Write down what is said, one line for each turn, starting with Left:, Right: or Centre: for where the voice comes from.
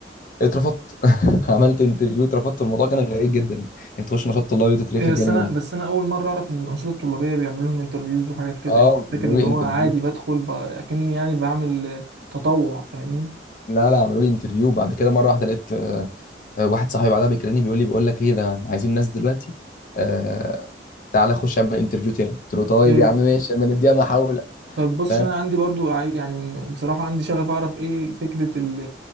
Left: اترفضت <laughs> عملت انترفيو اترفضت الموضوع كان غريب جدا انك تخش نشاط طلابي وتترفض
Right: إيه بس
Left: يعني
Right: انا
Left: من
Right: بس انا اول مرة اعرف ان الانشطة الطلابية بيعملوا لهم انترفيوز وحاجات كده
Left: اه
Right: يعني كنت
Left: عملوا
Right: فاكر ان
Left: لي
Right: هو
Left: انترفيو
Right: عادي بدخل ب... اكني يعني بعمل تطوع فاهمني
Left: لا لا عملوا لي انترفيو بعد كده مره واحده لقيت آه، واحد صاحبي بعدها بيكلمني بيقول لي بيقول لك ايه ده عايزين ناس دلوقتي آه تعالى خش اعمل انترفيو تاني قلت له طيب
Right: طيب
Left: يا عم ماشي اما نديها محاوله
Right: طيب بص
Left: فاهم
Right: عشان انا عندي برضو عاي- يعني بصراحة عندي شغف اعرف ايه فكرة ال